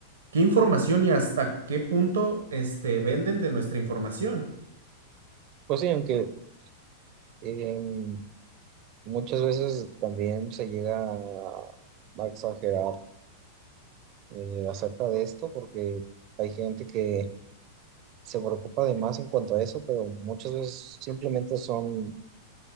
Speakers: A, on the right (about 80°); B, on the right (about 45°).
A: ¿Qué información y hasta qué punto este, venden de nuestra información?
B: Pues sí, aunque em, muchas veces también se llega a, a exagerar eh, acerca de esto porque hay gente que se preocupa de más en cuanto a eso, pero muchas veces simplemente son,